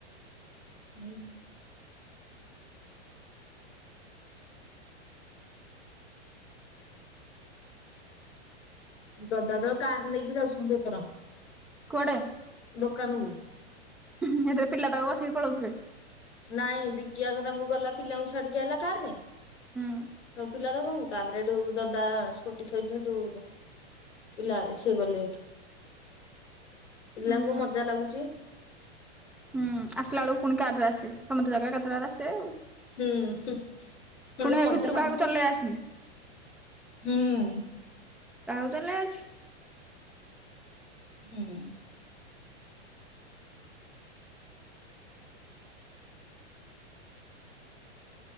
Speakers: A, on the left; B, in the centre.
A: ହୁଁ। ଦଦା ତ କାର୍ ନେଇକି ଯାଉଛନ୍ତି ଏଥର।
B: କୁଆଡେ?
A: ଦୋକାନକୁ।
B: ଏଥିରେ ପିଲା ତାକୁ ବସିକି ପଳଉଥିବେ।
A: ନାଇଁ ବିକି ଆଗ ତାଙ୍କୁ ଗଲା ପିଲାଙ୍କୁ ଛାଡିକି ଆଇଲା କାର୍ ରେ
B: ହୁଁ
A: ସବୁ ପିଲା <unintelligible> ତାପରେ ଏଠୁ ଦଦା ସ୍କୁଟି ଥୋଇକି ହେଇଠୁ ପିଲା ସିଏ ଗଲେ ଏଠୁ, ପିଲାଙ୍କୁ
B: ହୁଁ
A: ମଜା ଲାଗୁଚି।
B: ହୁଁ ଆସିଲା ବେଳକୁ ପୁଣି କାର୍ ରେ ଆସିବେ ସମସ୍ତେ <unintelligible> ଏକାଥରେ ଆସିବେ ଆଉ।
A: ହୁଁ ହୁଁ ଗୋଟେ
B: ପୁଣି ଏ
A: ମଜା
B: ଭିତରୁ
A: ଲାଗୁଚି
B: କାହାକୁ ଚଲେଇ
A: ଆଉ
B: ଆସିନି
A: ହୁଁ।
B: କାହାକୁ ତଲେ ଅଛି।
A: ହୁଁ।